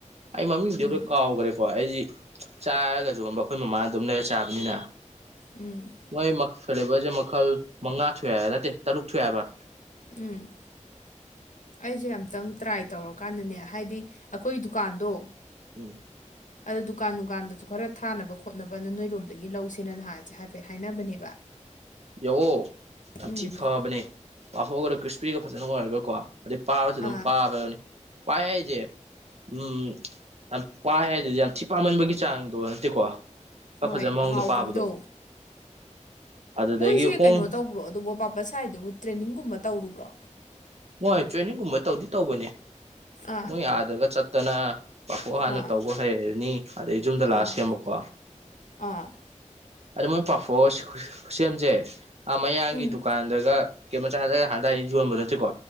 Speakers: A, on the right; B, on the left.
A: ꯑꯩ ꯃꯃꯤꯡꯗꯤ
B: ꯎꯝ
A: ꯂꯣꯏ ꯀꯥꯎꯒꯔꯦ ꯍꯣꯏ ꯑꯩꯁꯤ ꯆꯥꯔꯒ ꯌꯣꯟꯕ ꯑꯈꯣꯏ ꯃꯃꯥ ꯑꯗꯨꯝ ꯂꯩꯔ ꯆꯥꯕꯅꯤꯅ
B: ꯎꯝ
A: ꯃꯣꯏ ꯃꯛ ꯐꯂꯦꯕꯔꯁꯦ ꯃꯈꯜ ꯃꯉꯥ ꯊꯣꯛꯑꯦ ꯍꯥꯏꯕ ꯅꯠꯇꯦ ꯇꯔꯨꯛ ꯊꯣꯛꯑꯦ ꯍꯥꯏꯕ
B: ꯎꯝ ꯑꯩꯁꯦ ꯑꯝꯇꯪ ꯇ꯭ꯔꯥꯏ ꯇꯧꯔꯀꯥꯟꯗꯅꯦ ꯍꯥꯏꯗꯤ ꯑꯩꯈꯣꯏ ꯗꯨꯀꯥꯟꯗꯣ
A: ꯎꯝ
B: ꯑꯗꯨ ꯗꯨꯀꯥꯟ ꯗꯨꯀꯥꯟꯗꯁꯨ ꯈꯔ ꯊꯥꯅꯕ ꯈꯣꯠꯅꯕꯅ ꯅꯣꯏꯔꯣꯝꯗꯒꯤ ꯂꯧꯁꯦꯅ ꯅꯍꯥꯟꯁꯦ ꯍꯥꯏꯐꯦꯠ ꯍꯥꯏꯅꯕꯅꯦꯕ
A: ꯌꯥꯑꯣ ꯌꯥꯝ
B: ꯎꯝ
A: ꯊꯤ ꯐꯕꯅꯦ ꯄꯥꯐꯣꯒꯗꯣ ꯈ꯭ꯔꯤꯁꯄꯤꯒ ꯐꯖꯟꯅ ꯑꯣꯏꯔꯒꯀꯣ ꯑꯩ ꯄꯥꯕꯁꯨ ꯑꯗꯨꯝ
B: ꯑꯥ
A: ꯄꯥꯕꯅꯤ ꯄꯥꯏ ꯍꯥꯏꯁꯦ ꯎꯝ ꯌꯥꯝ ꯄꯥꯏ ꯍꯥꯏꯗꯨꯗꯤ ꯌꯥꯝ ꯊꯤ ꯄꯥꯝꯃꯟꯕꯒꯤ ꯆꯥꯡꯗꯣ ꯅꯠꯇꯦꯀꯣ ꯈ
B: ꯍꯣꯏ
A: ꯐꯖꯕ ꯃꯑꯣꯡꯗ
B: ꯍꯥꯎꯕꯒꯤꯗꯣ
A: ꯄꯥꯕꯗꯣ ꯑꯗꯨꯗꯒꯤ
B: ꯃꯣꯏꯁꯦ
A: ꯍꯣꯡ
B: ꯀꯩꯅꯣ ꯇꯧꯕ꯭ꯔꯣ ꯑꯗꯨꯕꯨ ꯄꯥꯄꯠ ꯁꯥꯏꯗꯨꯕꯨ ꯇ꯭ꯔꯦꯅꯤꯡꯒꯨꯝꯕ ꯇꯧꯔꯨꯕ꯭ꯔꯣ
A: ꯃꯣꯏ ꯇ꯭ꯔꯦꯅꯤꯡꯒꯨꯝꯕ ꯇꯧꯗꯤ ꯇꯧꯕꯅꯦ
B: ꯑꯥ
A: ꯃꯣꯏ ꯑꯥꯗꯒ ꯆꯠꯇꯅ ꯄꯥꯐꯣꯔ ꯍꯥꯟꯅ
B: ꯑꯥ
A: ꯇꯧꯕ ꯍꯩꯔꯅꯤ ꯑꯗꯩ ꯌꯨꯝꯗ ꯂꯥꯛꯑ
B: ꯑꯥ
A: ꯁꯦꯝꯕꯀꯣ
B: ꯑꯥ
A: ꯑꯗ ꯃꯣꯏ ꯄꯥꯐꯣꯔ ꯈꯨꯠꯁꯦꯝꯁꯦ ꯑꯥ ꯃꯌꯥꯡꯒꯤ
B: ꯎꯝ
A: ꯗꯨꯀꯥꯟꯗꯒ ꯀꯦ ꯃꯆꯥ ꯗꯒ ꯍꯥꯟꯗꯥꯏ ꯌꯣꯟꯕ ꯅꯠꯇꯦꯀꯣ